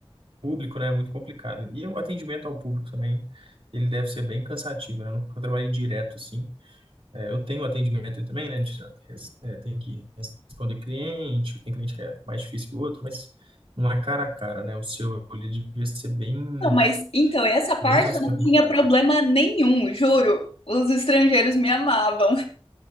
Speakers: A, on the right; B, on the left.
A: público, né, é muito complicado. E o atendimento ao público também, ele deve ser bem cansativo, né? Eu nunca trabalhei direto assim. É, eu tenho atendimento ele também, né? A gente res- é, tem que responder cliente, tem cliente que é mais difícil que o outro, mas não é cara a cara, né? O seu ele devia ser bem,
B: Não, mas então, essa parte
A: bem mais
B: eu
A: complicado,
B: não tinha problema
A: né?
B: nenhum, juro. Os estrangeiros me amavam.